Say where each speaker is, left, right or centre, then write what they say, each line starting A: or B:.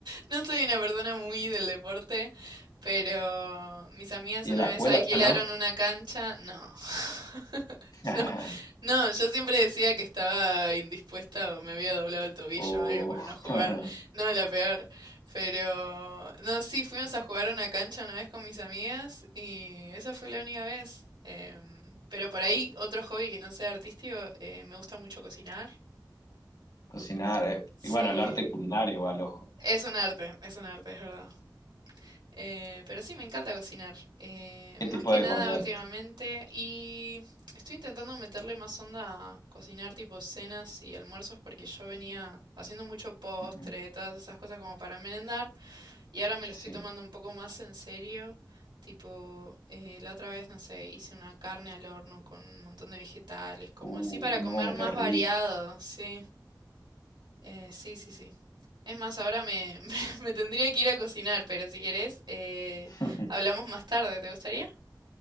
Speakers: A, on the right; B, on the left.
A: no soy una persona muy del deporte, pero mis amigas
B: Y
A: una
B: en la
A: vez
B: escuela,
A: alquilaron
B: ¿no?
A: una cancha. No, <laughs>
B: <laughs>
A: no, no, yo siempre decía que estaba indispuesta o me había doblado el tobillo
B: O
A: o algo para no jugar.
B: <laughs>
A: No, la peor. Pero, no, sí, fuimos a jugar a una cancha una vez con mis amigas y esa fue la única vez. Em, pero por ahí, otro hobby que no sea artístico, eh, me gusta mucho cocinar.
B: Cocinar, eh.
A: Sí,
B: Y bueno, el arte culinario va al ojo.
A: es un arte, es un arte, es verdad. Eh, pero sí, me encanta cocinar. eh,
B: ¿Qué
A: más
B: tipo
A: que
B: de
A: nada
B: comida?
A: últimamente y estoy intentando meterle más onda a cocinar tipo cenas y almuerzos porque yo venía haciendo mucho postre,
B: Ujú,
A: todas esas cosas como para merendar. Y ahora me lo
B: Sí.
A: estoy tomando un poco más en serio. Tipo, eh, la otra vez, no sé, hice una carne al horno con un montón de vegetales, como
B: Uh,
A: así para comer
B: no,
A: más
B: qué rico.
A: variado, sí. Eh, sí, sí, sí. Es más, ahora me, <laughs> me, me tendría que ir a cocinar, pero si querés, eh,
B: <laughs>
A: hablamos más tarde, ¿te gustaría?